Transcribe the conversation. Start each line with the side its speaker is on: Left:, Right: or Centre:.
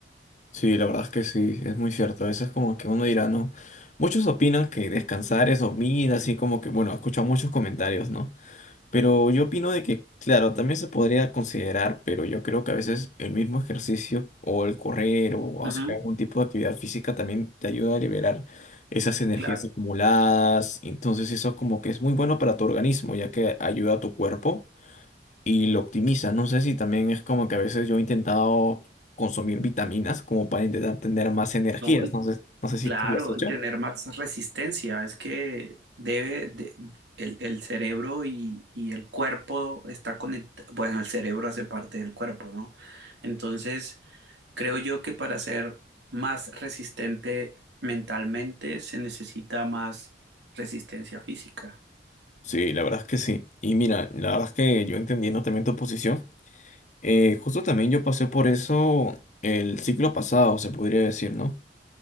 Left: Sí, la verdad es que sí, es muy cierto. A veces como que uno dirá, ¿no? Muchos opinan que descansar es dormir, así como que, bueno, he escuchado muchos comentarios, ¿no? Pero yo opino de que, claro, también se podría considerar, pero yo creo que a veces el mismo ejercicio o el correr o
Right: Ujú,
Left: hacer algún tipo de actividad física también te ayuda a liberar esas energías
Right: Claro,
Left: acumuladas. Entonces eso como que es muy bueno para tu organismo, ya que ayuda a tu cuerpo y lo optimiza. No sé si también es como que a veces yo he intentado consumir vitaminas como para intentar tener más energías.
Right: no, y
Left: No sé, no sé si
Right: claro,
Left: tú lo has hecho.
Right: y tener más resistencia. Es que debe, de- el, el cerebro y, y el cuerpo está conectado. Bueno, el cerebro hace parte del cuerpo, ¿no? Entonces, Creo yo que para ser más resistente mentalmente se necesita más resistencia física.
Left: Sí, la verdad es que sí. Y mira, la verdad es que yo entendiendo también tu posición, eh, justo también yo pasé por eso el ciclo pasado, se podría decir, ¿no?